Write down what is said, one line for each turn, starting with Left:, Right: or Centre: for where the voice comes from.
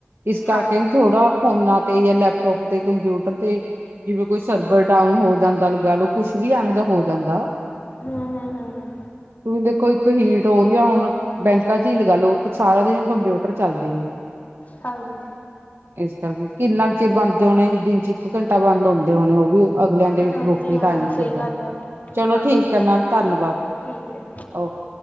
Right: ਇਸ ਕਰਕੇ
Left: ਹਾਂਜੀ
Right: ਵੀ ਥੋੜਾ ਫੋਨਾ ਤੇ ਜਾਂ ਲੈਪਟੋਪ, ਤੇ ਕੰਪਿਊਟਰ ਤੇ ਜਿਵੇਂ ਕੋਈ ਸਰਬਰ ਡਾਊਨ ਹੋ ਜਾਂਦਾ। ਲਗਾਲੋ ਕੁਛ ਵੀ ਐਵੇਂ ਦਾ ਹੋ ਜਾਂਦਾ।
Left: ਹੂ, ਹੂ, ਹੂੰ, ਹੂ
Right: ਦੇਖੋ ਇੱਕ ਹੀਟ ਹੋ ਰਹੀ ਆ। ਹੁਣ ਬੈਂਕਾਂ ਚ, ਹੀ ਲਾਲੋ ਲੋਕ ਸਾਰਾ ਦਿਨ ਕੰਪਿਊਟਰ ਚੱਲਦੇ ਨੇ।
Left: ਹਾਂਜੀ
Right: ਇਸ ਕਰਕੇ ਕਿੰਨਾ ਕੁ ਚਿਰ ਬੰਦ ਹੋਣੇ। ਦਿਨ ਚ ਇੱਕ ਘੰਟਾ ਬੰਦ ਹੁੰਦੇ ਹੋਣੇ। ਉਹ ਵੀ ਅਗਲਿਆਂ ਦੇ
Left: ਹਾਂਜੀ-ਹਾਂਜੀ,
Right: ਰੋਟੀ ਟਾਈਮ
Left: ਸਹੀ ਗੱਲ ਆ,
Right: ਚਲੋ
Left: ਹਾਂਜੀ
Right: ਠੀਕ ਐ। ਮੈਮ ਧੰਨਵਾਦ
Left: ਠੀਕ ਐ।
Right: ਓਕੇ।